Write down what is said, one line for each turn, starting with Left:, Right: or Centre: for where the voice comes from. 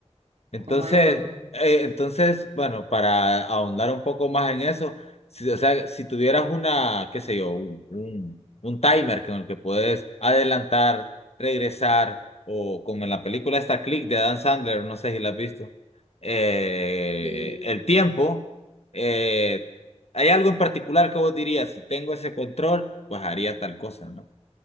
Left: Entonces,
Right: como algo...
Left: eh, entonces, bueno, para ahondar un poco más en eso, si, o sea, si tuvieras una, qué sé yo, un, un, un timer con el que puedes adelantar, regresar, o como en la película esta Click de Adam Sandler, no sé si la has visto, eh,
Right: Sí.
Left: el tiempo, eh, ¿hay algo en particular que vos dirías? Si tengo ese control, pues haría tal cosa, ¿no?